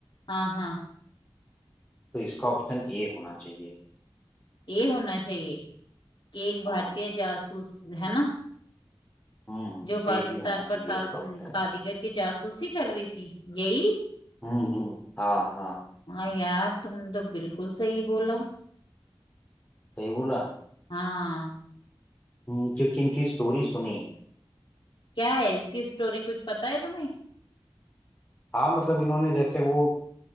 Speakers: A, on the left (about 60°); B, on the left (about 20°).
A: हाँ हाँ
B: तो इसका ऑप्शन ए होना चाहिए
A: ये होना चाहिए कि एक भारतीय
B: हाँ।
A: जासूस है ना
B: हम्म हम्म,
A: जो पाकिस्तान
B: ए ही होना चाहिए
A: पर सा,
B: इसका ऑप्शन
A: शादी करके जासूसी कर रही थी यही
B: हम्म हम्म, हाँ हाँ
A: हाँ यार तुमने तो बिल्कुल सही बोला
B: सही बोला
A: हाँ
B: हम्म, क्योंकि इनकी स्टोरी सुनी
A: क्या है इसकी स्टोरी कुछ पता है तुम्हें
B: हाँ मतलब इन्होंने जैसे वो